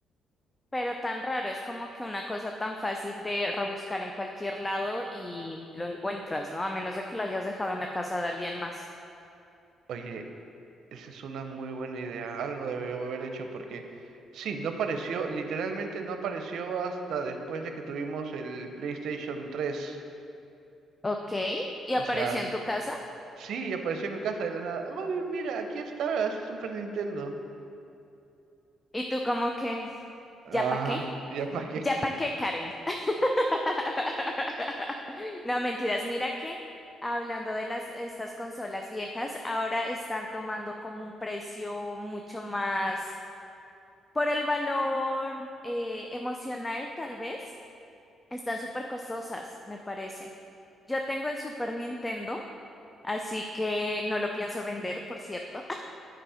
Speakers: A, on the left; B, on the right.
A: Pero tan raro, es como que una cosa tan fácil de rebuscar en cualquier lado y lo encuentras, ¿no? A menos de que lo hayas dejado en la casa de alguien más.
B: Oye, esa es una muy buena idea. Algo debió haber hecho porque sí, no apareció, literalmente no apareció hasta después de que tuvimos el PlayStation tres
A: Ok. Y apareció
B: O sea,
A: en tu casa.
B: Sí, y apareció en mi casa de la nada. Uy, mira, aquí está, ese Super Nintendo.
A: Y tú como que,
B: Ajá,
A: ¿ya pa' qué?
B: <laughs> ¿ya para qué?
A: ¿Ya pa' qué, Karen? <laughs> No, mentiras. Mira que hablando de las estas consolas viejas, ahora están tomando como un precio mucho más por el valor eh, emocional, tal vez. Están súper costosas, me parece. Yo tengo el Super Nintendo, así que no lo pienso vender, por cierto.